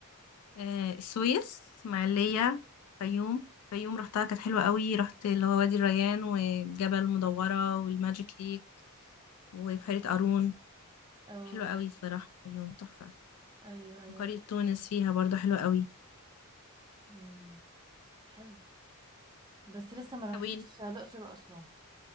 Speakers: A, on the left (about 90°); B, on the right (about 20°).
A: آه، السويس اسماعيلية فيوم فيوم رحتها كانت حلوة قوي رحت اللي هو وادي الريان وجبل مدورة والماجيك ليك وبحيرة قارون
B: اه
A: حلوة قوي صراحة فيوم تحفة
B: ايوه ايوه
A: وقرية
B: انا سمعت
A: تونس فيها برضو حلوة قوي
B: امم حلو بس لسه ما رحتيش
A: طب
B: الاقصر واسوان